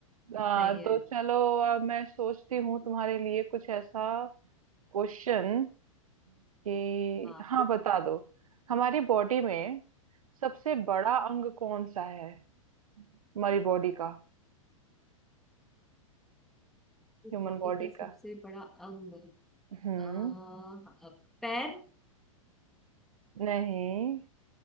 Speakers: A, on the right (about 85°); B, in the centre.
A: हाँ
B: सही है
A: तो चलो अब मैं सोचती हूँ तुम्हारे लिए कुछ ऐसा क्वेश्चन कि
B: हाँ
A: हाँ बता दो हमारी बॉडी में सबसे बड़ा अंग कौन सा है हमारी बॉडी का ह्यूमन
B: बॉडी
A: बॉडी
B: का सबसे
A: का
B: बड़ा अंग
A: हम्म
B: अ, अ, पैर
A: नहीं